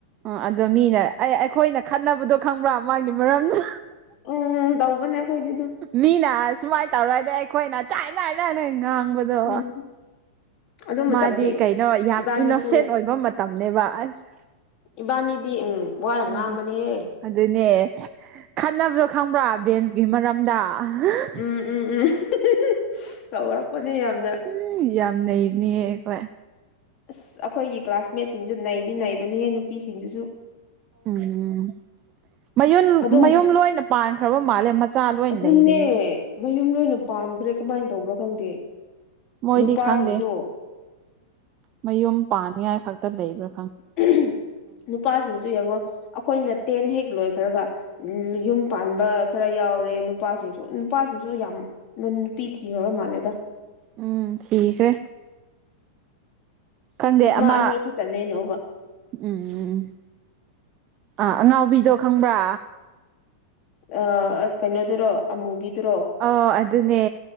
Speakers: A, on the right (about 35°); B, on the left (about 35°).
A: ꯎꯝ ꯑꯗꯣ ꯃꯤꯅ ꯑꯩ ꯑꯩꯈꯣꯏꯅ ꯈꯠꯅꯕꯗꯣ ꯈꯪꯕ꯭ꯔꯥ ꯃꯥꯒꯤ ꯃꯔꯝꯅ
B: ꯎꯝ ꯗꯧꯕꯅꯦ ꯑꯩꯈꯣꯏꯗꯤ ꯗꯨ
A: ꯃꯤꯅ ꯑꯁꯨꯃꯥꯏꯟ ꯇꯧꯔꯗꯤ ꯑꯩꯈꯣꯏꯅ ꯆꯥꯏ ꯗꯥꯏ ꯗꯥꯏꯅ ꯉꯥꯡꯕ ꯑꯗꯣ
B: ꯎꯝ ꯑꯗꯨ ꯃꯇꯝꯗꯤ
A: ꯃꯥꯗꯤ
B: ꯏꯁ
A: ꯀꯩꯅꯣ ꯌꯥꯝ
B: ꯏꯕꯥꯅꯤꯁꯨ
A: ꯏꯅꯣꯁꯦꯟ ꯑꯣꯏꯕ ꯃꯠ ꯇꯝꯅꯦꯕ ꯑꯁ
B: ꯏꯕꯥꯟꯅꯤꯗꯤ ꯎꯝ ꯋꯥ ꯌꯥꯝ
A: ꯎꯝ
B: ꯉꯥꯡꯕꯅꯤꯍꯦ
A: ꯑꯗꯨꯅꯦ ꯈꯟꯅꯕꯗꯨ ꯈꯪꯕ꯭ꯔ ꯕꯦꯟꯁꯀꯤ ꯃꯔꯝꯗ <unintelligible>
B: ꯎꯝ ꯎꯝ ꯎꯝ <unintelligible> ꯇꯧꯔꯛꯄꯅꯦ ꯌꯥꯝꯅ
A: <unintelligible> ꯌꯥꯝ ꯅꯩꯕꯅꯤꯍꯦ ꯑꯩꯈꯣꯏ
B: ꯑꯁ ꯑꯈꯣꯏꯒꯤ ꯀ꯭ꯂꯥꯁꯃꯦꯠ ꯁꯤꯡꯖꯨ ꯅꯩꯗꯤ ꯅꯩꯕꯅꯤꯍꯦ ꯅꯨꯄꯤ ꯁꯤꯡꯗꯨꯁꯨ
A: ꯎꯝ ꯃꯌꯨꯝ
B: ꯑꯗꯨꯝ
A: ꯃꯌꯨꯝ ꯂꯣꯏꯅ ꯄꯥꯟꯈ꯭ꯔꯕ ꯃꯥꯜꯂꯦ ꯃꯆꯥ ꯂꯣꯏ
B: ꯑꯗꯨꯅꯦ
A: ꯂꯩꯔꯦ
B: ꯃꯌꯨꯝ ꯂꯣꯏꯅ ꯄꯥꯟꯈ꯭ꯔꯦ ꯀꯃꯥꯏꯟ ꯇꯧꯕ꯭ꯔ ꯈꯪꯗꯦ
A: ꯃꯣꯏꯗꯤ
B: ꯅꯨꯄꯥꯁꯤꯡꯁꯨ
A: ꯈꯪꯗꯦ ꯃꯌꯨꯝ ꯄꯥꯟꯅꯤꯡꯉꯥꯏ ꯈꯛꯇ ꯂꯩꯕ꯭ꯔ
B: <unintelligible> ꯅꯨꯄꯥꯁꯤꯡꯁꯨ ꯌꯦꯡꯉꯣ ꯑꯈꯣꯏꯅ ꯇꯦꯟ ꯍꯦꯛ ꯂꯣꯏꯈ꯭ꯔꯒ ꯎꯝ ꯌꯨꯝ ꯄꯥꯟꯕ ꯈꯔ ꯌꯥꯎꯔꯦ ꯅꯨꯄꯥꯁꯤꯡꯁꯨ ꯅꯨꯄꯥꯁꯤꯡꯁꯨ ꯌꯥꯝ <unintelligible> ꯅꯨꯄꯤ ꯊꯤꯔꯕ ꯃꯥꯜꯂꯦꯗ
A: ꯎꯝ ꯊꯤꯈ꯭ꯔꯦ ꯈꯪꯗꯦ ꯑꯃ
B: ꯑꯅꯤ ꯈꯛꯇꯅꯦ ꯑꯩꯅ ꯎꯕ
A: ꯎꯝ ꯑꯥ ꯑꯉꯥꯎꯕꯤꯗꯣ ꯈꯪꯕ꯭ꯔ
B: ꯑ ꯑ ꯀꯩꯅꯣꯗꯨꯔꯣ ꯑꯃꯨꯕꯤꯗꯨꯔꯣ
A: ꯑꯣ ꯑꯗꯨꯅꯦ